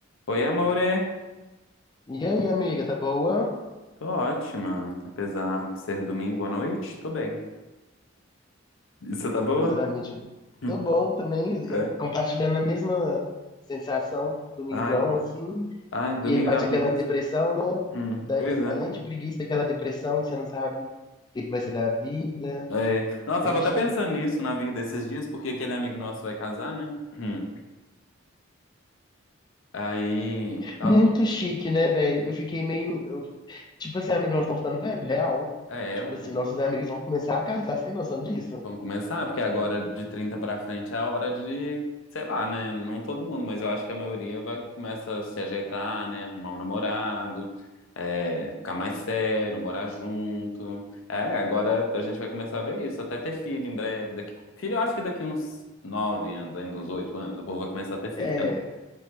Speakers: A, on the left; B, on the left.
A: Oi, amore.
B: E aí, amiga, tá boa?
A: Tô ótima. Apesar de ser domingo à noite, tô bem. E Você tá boa?
B: Exatamente.
A: Hum.
B: Tô bom também,
A: É.
B: eh, compartilhando a mesma sensação, domingão,
A: Ai,
B: assim.
A: ai,
B: E
A: domingo
B: aí bate
A: dá uma preguiça?
B: aquela depressão, né?
A: Hum,
B: Daí,
A: pois é.
B: além de preguiça, daquela depressão que você não sabe o que que vai ser da vida.
A: É. Nossa,
B: Triste,
A: tava até pensando
B: né?
A: nisso na vida esses dias, porque aquele amigo nosso vai casar, né? Hum. Aí, tava...
B: Muito chique, né, velho? Eu fiquei meio. eu- tipo assim, amigos, nós estamos ficando velho, real.
A: É,
B: Tipo
A: o,
B: assim, nossos amigos vão começar a casar, você tem noção disso?
A: Vamos começar, porque agora de 30 pra frente é a hora de, sei lá, né? Não todo mundo, mas eu acho que a maioria vai começa a se ajeitar, né? Arrumar um namorado, é, ficar mais sério, morar junto. É, agora a gente vai começar a ver isso, até ter filho em breve. Daqui... Filho, eu acho que daqui uns 9 anos, ainda uns 8 anos, o povo vai começar a ter filho.
B: É.
A: né?